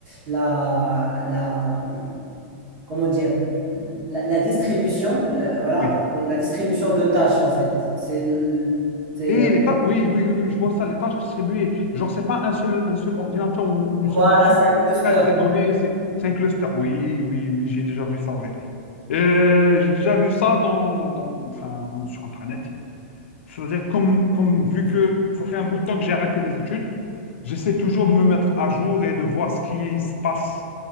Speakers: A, on the right; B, on the left.
A: la, la, comment dire, la, la distribution, euh, voilà,
B: oui.
A: la distribution de tâches en fait. C'est, l- c'est,
B: Et
A: euh,
B: les tâches, oui, oui, oui, oui, je vois ça, les tâches distribuées. Genre, c'est pas un seul, un seul ordinateur ou une
A: voilà,
B: seule machine
A: c'est un cluster.
B: qui traite les données, c'est c'est un cluster. Oui, oui, oui, j'ai déjà vu ça, ouais. Euh, j'ai déjà vu ça dans, dans, enfin, sur Internet. C'est-à-dire, comme, comme vu que ça fait un bout de temps que j'ai arrêté les études, j'essaie toujours de me mettre à jour et de voir ce qui se passe